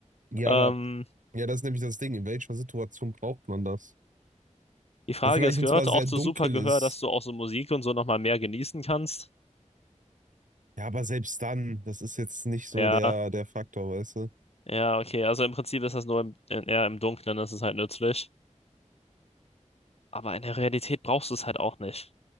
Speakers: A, on the right (about 80°); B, on the left (about 50°).
A: Ja,
B: Ähm,
A: aber ja, das ist nämlich das Ding. In welcher Situation braucht man das?
B: die Frage
A: Also vielleicht,
B: ist,
A: wenn
B: gehört
A: es mal
B: auch
A: sehr
B: zu
A: dunkel
B: Supergehör,
A: ist.
B: dass du auch so Musik und so nochmal mehr genießen kannst?
A: Ja, aber selbst dann, das ist jetzt nicht so
B: Ja,
A: der, der Faktor, weißt du?
B: ja, okay. Also im Prinzip ist das nur im, eher im Dunkeln, das ist halt nützlich. Aber in der Realität brauchst du es halt auch nicht.